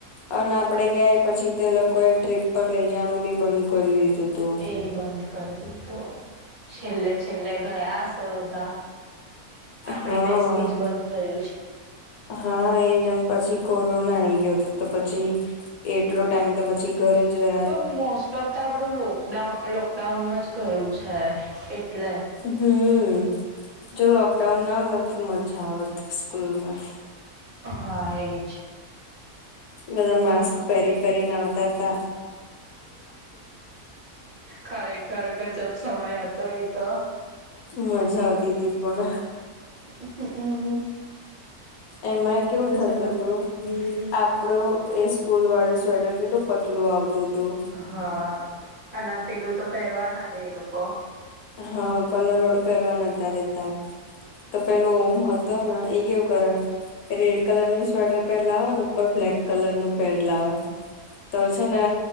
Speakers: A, on the left (about 75°); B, on the right (about 45°).
A: અને આપણેે ગયા એ પછી તે લોકોએ ટ્રીપ પર લઈ જવાનું બી બંધ કરી દીધું. હતું
B: એય બંધ કરી દીધું. છેલ્લે છેલ્લે ગયા હશે બધા. આપડી
A: હા
B: બેચથી જ બંધ થયું છે.
A: હા એજ અન પછી કોરોના આઈ ગયોતો તો પછી એટલો ટાઈમ તો પછી ઘરે જ રયા
B: પણ મોસ્ટ ઓફ ધ આપડું લોકડાઉન લોકડાઉનમાં જ ગયું છે. એટલે
A: હમ જો લોકડાઉન ન આવત તો મજા આવત સ્કૂલમાં.
B: હા એજ.
A: બધા માસ્ક પહેરી પહેરી ને આવતાતા.
B: ખરેખર ગજબ સમય હતો એ તો
A: મજા આવતી હતી પણ.
B: <unintelligible>
A: એમાં કેવું
B: મજા
A: થતું
B: આવતી
A: તું
B: હતી.
A: આપ ડું એ સ્કૂલ વાળું સ્વેટર કેટલું પતલું આવતું તું.
B: હા અને પેલું તો પહેરવા ના દેય એ લોકો.
A: હા કલરવાળું પહેરવા નતા દેતા તો પેલો ઓમ હતો ન એ કેવું કરે રેડ કલર નું સ્વેટર પહેરલાવે ને ઉપર બ્લેક કલર નું પહેરલાવે. તો છે ને